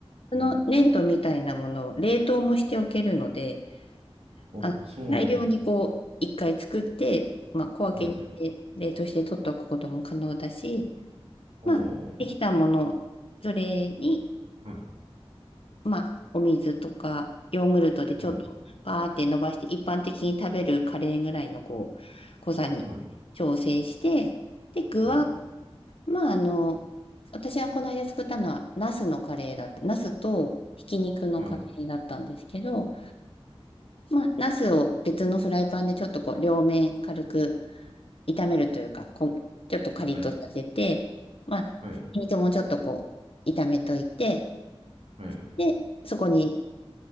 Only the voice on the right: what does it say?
え。あ、
そうなんだ。
はい。ああ。
は
い。
はい。
はい。
はい。
はい。はい。
はい。
はい。